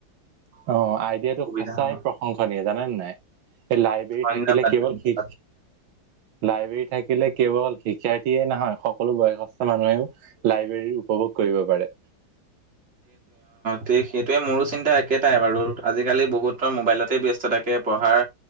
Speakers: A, on the right (about 80°); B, on the right (about 35°).
A: অ' আইডিয়াটো
B: সুবিধা
A: সঁচাই
B: হ'ব
A: প্ৰশংসনীয় জানানে নাই। এই লাইব্ৰেৰী
B: ধন্যবাদ
A: থাকিলে কেৱল
B: ধন্যবাদ
A: শি, লাইব্ৰেৰী থাকিলে কেৱল শিক্ষাৰ্থে নহয় সকলো বয়সস্থ মানুহেও লাইব্ৰেৰী উপভোগ কৰিব পাৰে।
B: থিক সেইটোৱে মোৰো চিন্তা একেটাই আৰু আজিকালি বহুতৰ মোবাইলতে ব্যস্ত থাকে পঢ়াৰ